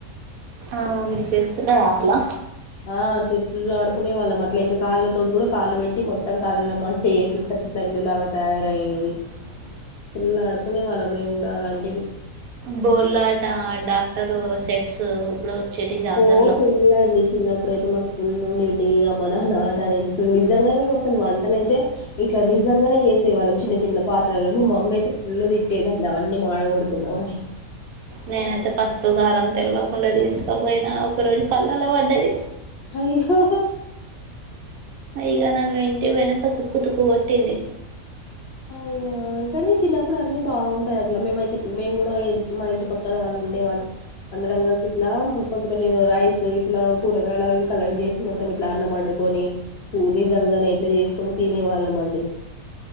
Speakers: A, on the right; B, on the left.
A: ఆహా మీరు చేస్తున్నారా అట్లా
B: ఆహా చెట్లు ఆడుకునే వాళ్ళం అట్లా ఇంకా కాళ్ళతోటి కూడా కాళ్లు పెట్టి మొత్తం కాళ్ళలో మట్టి వేసే సరికి ఇట్లా ఇల్లులాగా తయారయ్యేది ఫుల్ ఆడుకునే వాళ్ళం మేమ్ కూడా అలాంటివి
A: బోర్లాట డాక్టర్ సెట్స్ ఇప్పుడు వచ్చేటి జాతరలో
B: ఓ ఫుల్ అండి చిన్నప్పుడుైతే మాకు ఫుల్ ఉండేటి ఆ మనట నిజంగాని మేము అసలు వంట అయితే ఇట్లా నిజంగానే చేసే వాళ్ళం చిన్న చిన్న పాత్రలు మమ్మీ అయితే ఫుల్ గా తిట్టేదండి అవన్నీ మాడకూడ లోహి
A: నేనైతే పసుపు, కారం తెలివకుండ తీసుకపోయినా ఒక రోజు కాళ్ళల్ల పడ్డది.
B: అయ్యో.
A: ఇగ నన్ను ఇంటికి పోయినంక తుక్కు తుక్కు కొట్టింది.
B: అయ్యో, ఇ కనీ చిన్నప్పుడు అన్నిీ బాగుంటాయట్ల మేమైత్ తిక్ మేము గూడ ఎ మా ఇంటి పక్కన వాళ్ళు ఉండే వాళ్ళు అందరంగల్సి ఇట్లా కొంచ కొన్ని రైస్ ఇట్లా కూరగాయలాగ ఇవి కలెక్ట్ చేసి మొత్తం ఇట్ల అన్నం వండుకొని. పూ నిజంగనే ఇట్ల చేసుకొని తినేవాళ్ళమండి.